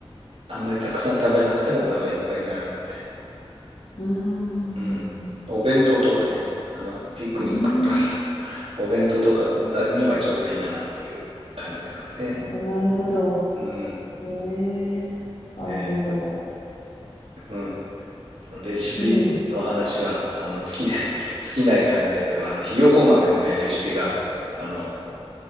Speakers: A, on the right; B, on the left.
A: あんまりたくさん食べなくてもお腹いっぱいになるので、
B: うん。
A: うん。お弁当とかね、あの、ピクニックの時の
B: うん。
A: <laughs> お弁当とかだにはちょうどいいかなっていう感じですかね。
B: なるほど。
A: うん。
B: へえ。あの、
A: ね、でうん。あの、レシピの話は、
B: うん。
A: あの、尽きない、<laughs> 尽きない感じだけど、あの、ひよこ豆のね、レシピが、あの、